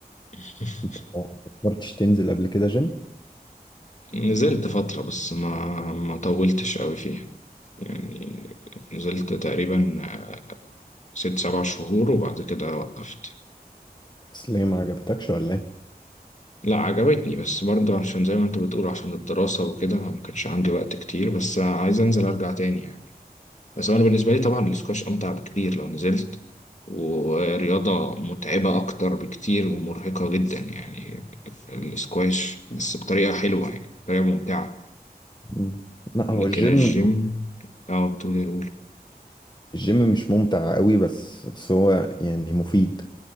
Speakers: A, on the left (about 45°); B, on the left (about 25°).
A: <laughs>
B: انت ما فكرتش تنزل قبل كده جيم
A: نزلت فترة بس ما ما طولتش قوي فيها يعني نزلت تقريبا آه، ست سبع شهور وبعد كده وقفت
B: بس ليه ما عجبتكش ولا ايه
A: لا عجبتني بس برضه عشان زي ما انت بتقول عشان الدراسة وكده ما كانش عندي وقت كتير بس عايز انزل ارجع تاني بس هو انا بالنسبه لي طبعا الاسكواش امتع بكتير لو نزلت ورياضه متعبه اكتر بكتير ومرهقه جدا يعني الاسكواش بس بطريقه حلوه يعني بطريقه ممتعه
B: مم. لا
A: لكن
B: هو الجيم
A: الجيم اه بتقول ايه قول
B: الجيم مش ممتع قوي بس بس هو يعني مفيد